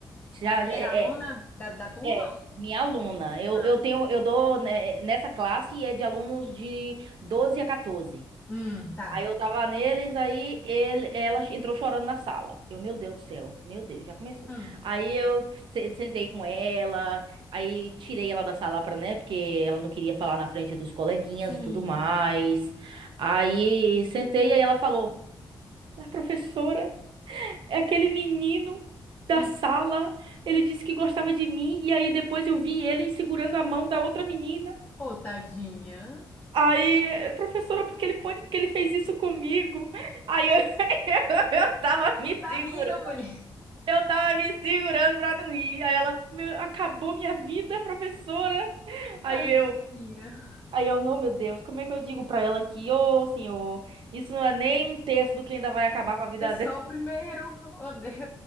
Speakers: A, on the right; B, on the left.
A: Já,
B: É,
A: já-
B: era
A: é,
B: aluna da, da turma?
A: é, é, minha aluna. Eu,
B: Ah,
A: eu tenho, eu dou né, nessa classe é de alunos de 12 a 14.
B: hum, tá.
A: Aí eu tava neles, aí ele, ela entrou chorando na sala. Eu, meu Deus do céu, meu Deus, já começou.
B: Hum,
A: Aí eu se- sentei com ela, aí tirei ela da sala pra, né, porque ela não queria falar na frente dos coleguinhas
B: sim.
A: e tudo mais. Aí sentei, aí ela falou. Mas, professora, é aquele menino da
B: Hum.
A: sala. Ele disse que gostava de mim, e aí depois eu vi ele segurando a mão da outra menina.
B: Ô, tadinha.
A: Aí, professora, porque ele pode, porque ele fez isso comigo. Aí eu, <laughs> eu tava
B: E
A: me
B: tu tá
A: segurando,
B: rindo, mulher.
A: eu tava me segurando pra não ir. Aí ela, "Meu, acabou minha vida, professora. Aí
B: Tadinha.
A: eu, aí eu, não, meu Deus, como é que eu digo pra ela que, ô, senhor, isso não é nem um terço do que ainda vai acabar com a vida
B: É só o primeiro. Oh, Deus.